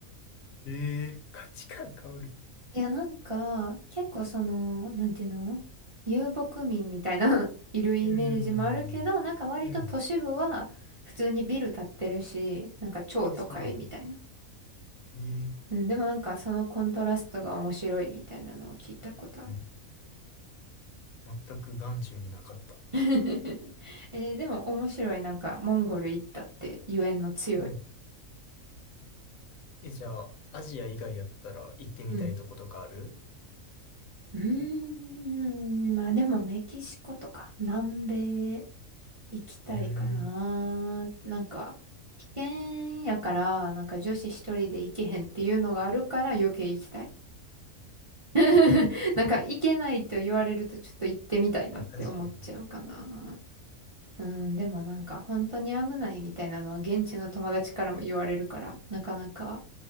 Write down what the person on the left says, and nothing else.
えー、価値観変わる。
うん。
うん。
え、そうなのえー、
うん。全く眼中になかった。
うん。え、じゃあ、アジア以外やったら行ってみたいとことかある
うーん。
あ、確かにね。